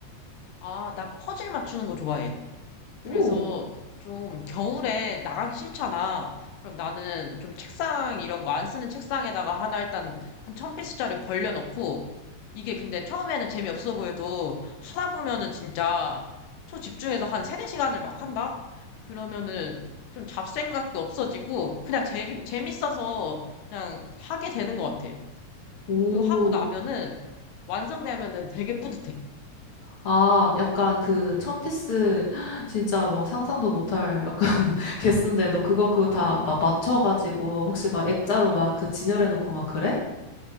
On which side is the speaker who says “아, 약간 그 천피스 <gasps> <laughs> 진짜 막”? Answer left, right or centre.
Left